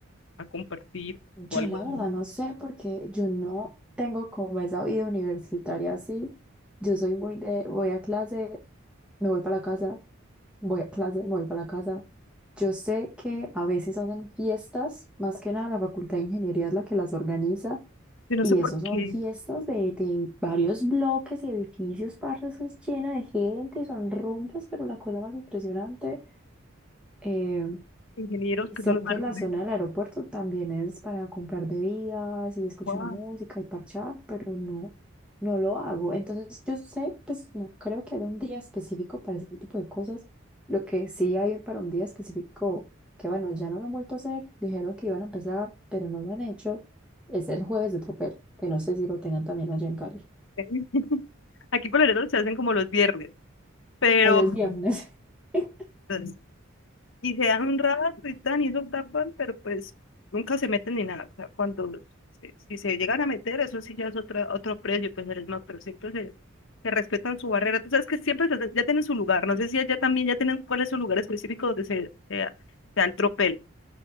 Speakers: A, on the left; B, in the centre.
A: a compartir
B: Yo
A: o algo
B: la
A: así.
B: verdad no sé porque yo no tengo como esa vida universitaria así. Yo soy muy de, voy a clase, me voy para la casa, voy a clase, me voy para la casa. Yo sé que a veces hacen fiestas, más que nada la Facultad de Ingeniería es la que las organiza,
A: Yo no
B: y
A: sé por
B: eso
A: qué
B: son fiestas de, de varios bloques y edificios, parce, eso es llena de gente, son rumbas, pero la cosa más impresionante. eh,
A: ingenieros
B: y
A: que
B: sé
A: son los
B: que
A: más
B: la
A: rumberos.
B: zona del aeropuerto también es para comprar bebidas y escuchar
A: Guau,
B: música y parchar, pero no, no lo hago. Entonces yo sé, pues no creo que haya un día específico para ese tipo de cosas. Lo que sí hay para un día específico, que bueno, ya no lo han vuelto a hacer, dijeron que iban a empezar, pero no lo han hecho, es el jueves de tropel, que no sé si lo tengan también allá en Cali.
A: <laughs> Aquí por lo general se hacen como los viernes, pero
B: Allá es viernes. <laughs>
A: pues, y se dan un rato y tan, y eso tapan, pero pues nunca se meten ni nada. O sea, cuando se- si se llegan a meter, eso sí ya es otra, otro precio, pues eres más, pero siempre se, se respetan su barrera. Tú sabes que siempre se- ya tienen su lugar. No sé si allá también ya tienen cuál es su lugar específico donde se, se, da- se da el tropel.